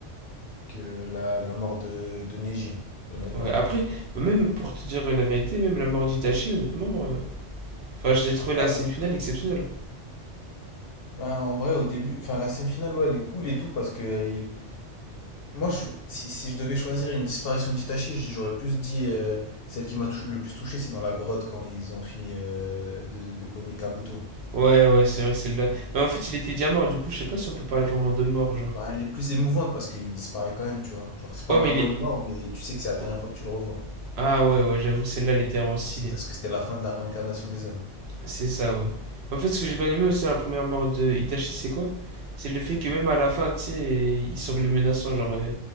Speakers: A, on the left (about 60°); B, on the right (about 65°).
A: que la, la mort de, de Neji, honnêtement.
B: Ouais. Après, bah, même pour te dire la vérité, même la mort d'Itachi, honnêtement, euh, enfin, j'ai trouvé
A: Ah,
B: la scène
A: le-
B: finale exceptionnelle. hein.
A: bah, en vrai, au début, enfin, la scène finale, ouais, elle est cool et tout parce qu'il Moi, je- si, si je devais choisir une disparition d'Itachi, j- j'aurais plus dit euh, celle qui m'a tou- le plus touché, c'est dans la grotte quand ils ont fini euh, de, de cogner Kabuto.
B: Ouais, ouais, c'est vrai que celle-là. Mais en fait, il était déjà mort, du coup, je sais pas si on peut parler vraiment de mort, genre.
A: Bah, elle est plus émouvante parce qu'il disparaît quand même, tu vois. Genre, c'est pas
B: Ouais,
A: vraiment
B: mais il est.
A: une mort, mais tu sais que c'est la dernière
B: oh,
A: fois que tu le revois.
B: Ah ouais, ouais, j'avoue que celle-là, elle était vraiment stylée.
A: C'est Parce que c'était la fin de la réincarnation des hommes.
B: C'est ça, ouais. En fait, ce que j'ai bien aimé aussi dans la première mort de Itachi, c'est quoi? C'est le fait que même à la fin, tu sais, il semblait menaçant. Genre, euh,